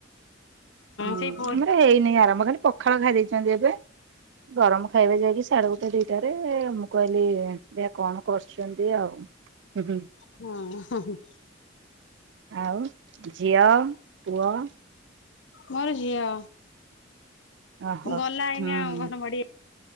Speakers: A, on the right (about 65°); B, on the left (about 70°).
A: ହୁଁ
B: ସେଇ ପୁଅ
A: ଆମର ହେଇନାହିଁ ଆରମ୍ଭ ଖାଲି ପଖାଳ ଖାଇ ଦେଇଛନ୍ତି ଏବେ ଗରମ ଖାଇବେ ଯାଇକି ସାଡେ ଗୋଟେ ଦିଟାରେ ମୁଁ କହିଲି ଦେଖିଆ କଣ କରୁଛନ୍ତି ଆଉ ହୁଁ ହୁଁ।
B: ହଁ ହଁ ହଁ।
A: ଆଉ ଝିଅ ପୁଅ?
B: ମୋର ଝିଅ
A: ଓହୋ
B: ଗଲା ଏଇନା
A: ହୁଁ।
B: ଅଙ୍ଗନୱାଡ଼ି